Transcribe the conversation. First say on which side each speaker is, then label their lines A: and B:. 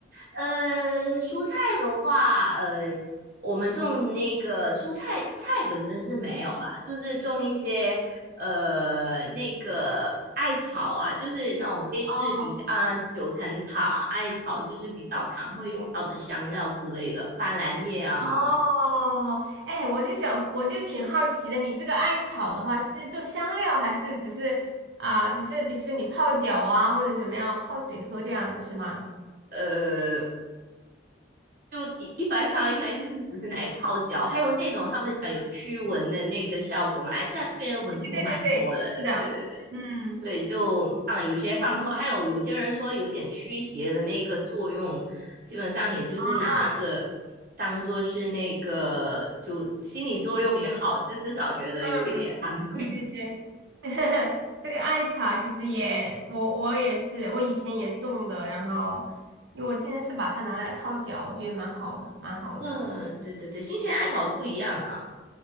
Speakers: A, on the right (about 50°); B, on the right (about 80°).
A: 呃，蔬菜的话，呃，我们种那个蔬菜，菜本身是没有啦，就是种一些呃那个艾草啊，就是那种类似比较啊、
B: 哦
A: 呃九层塔、艾草，就是比较常会用到的香料之类的，斑斓叶啊，
B: 哦，哎，我就想，我就挺好奇的，你这个艾草的话是做香料，还是只是啊、只是比如说你泡脚啊，或者怎么样泡水喝这样子是吗？
A: 呃，就一一般上应该就是只是拿来泡脚，还有那种他们讲有驱蚊的那个效果，马来西亚这边蚊虫蛮多，
B: 对对对对，是的，
A: 对对对。
B: 嗯，
A: 对，就放有些放错，还有有些人说有点驱邪的那个作用，基本上也就是拿着当做是那个就心理作用也好，
B: 哦，
A: 这至少觉得有一点安慰。
B: 嗯，对对对，<laughs> 这个艾草其实也，我我也是，我以前也种的，然后因为我今天是把它拿来泡脚，我觉得蛮好的，蛮好的。
A: <laughs> 嗯，对对对，新鲜艾草不一样啊。